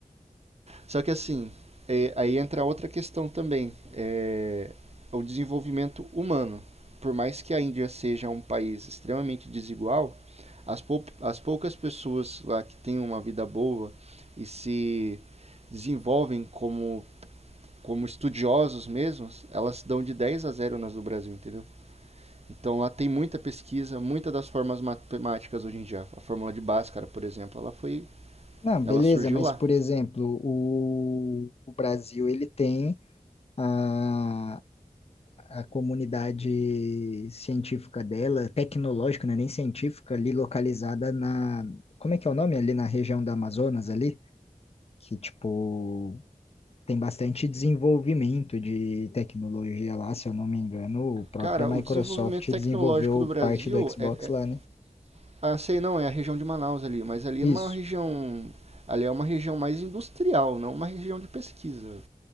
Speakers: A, on the right; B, on the left.
A: Só que assim, é, aí entra outra questão também, é o desenvolvimento humano. Por mais que a Índia seja um país extremamente desigual, as, pou, as poucas pessoas lá que têm uma vida boa e se desenvolvem como, como estudiosos mesmos, elas dão de 10 a zero nas do Brasil, entendeu? Então lá tem muita pesquisa, muitas das formas matemáticas hoje em dia. A fórmula de Bhaskara, por exemplo, ela foi,
B: Não, beleza,
A: ela surgiu
B: mas
A: lá.
B: por exemplo, o, o Brasil ele tem a, a comunidade científica dela, tecnológica, né, nem científica, ali localizada na, como é que é o nome? Ali na região da Amazonas ali, que tipo tem bastante desenvolvimento de tecnologia lá, se eu não me engano, a própria
A: Cara,
B: Microsoft
A: o desenvolvimento tecnológico
B: desenvolveu
A: do Brasil
B: parte do Xbox
A: é, é
B: lá, né?
A: ah, sei não, é a região de Manaus ali, mas ali
B: Isso.
A: é uma região, ali é uma região mais industrial, não uma região de pesquisa.